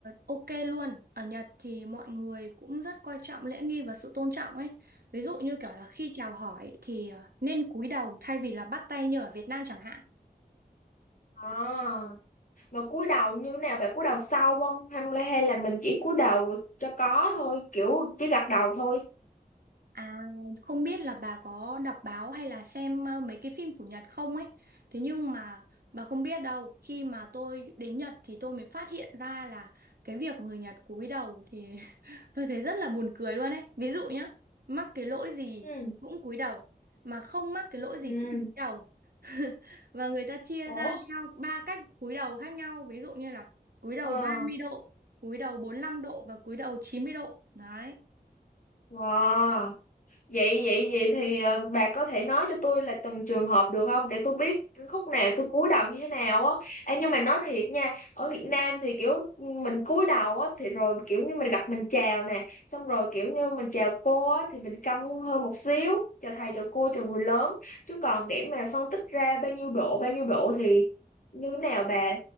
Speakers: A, on the right (about 65°); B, on the left (about 55°).
A: ok luôn. Ở Nhật thì mọi người cũng rất coi trọng lễ nghi và sự tôn trọng ấy. Ví dụ như kiểu là khi chào hỏi thì ờ, nên cúi đầu thay vì là bắt tay như ở Việt Nam chẳng hạn.
B: À, mà cúi đầu như thế nào? Bà cúi đầu sau không? Hay là hay là mình chỉ cúi đầu cho có thôi, kiểu chỉ gật đầu thôi.
A: À không biết là bà có đọc báo hay là xem ờ, mấy cái phim của Nhật không ấy. Thế nhưng mà bà không biết đâu, khi mà tôi đến Nhật thì tôi mới phát hiện ra là cái việc người Nhật cúi đầu thì <laughs> Tôi thấy rất là buồn cười luôn ấy. Ví dụ nhá, mắc cái lỗi gì
B: Ừ,
A: thì cũng cúi đầu, mà không mắc cái lỗi
B: ừ,
A: gì cũng cúi đầu. <laughs> Và người ta chia
B: ủa,
A: ra theo ba cách cúi đầu khác nhau, ví dụ như là cúi đầu
B: ờ,
A: ba mươi độ, cúi đầu bốn lăm độ và cúi đầu 90 độ. Đấy.
B: wow. vậy vậy vậy thì ờ, bà có thể nói cho tôi là từng trường hợp được không để tôi biết khúc nào tôi cúi đầu như thế nào á Ê, nhưng mà nói thiệt nha ở Việt Nam thì kiểu mình cúi đầu á thì rồi kiểu như mình gặp mình chào nè xong rồi kiểu như mình chào cô á thì mình cong hơn một xíu chào thầy chào cô chào người lớn chứ còn để mà phân tích ra bao nhiêu độ bao nhiêu độ thì như thế nào bà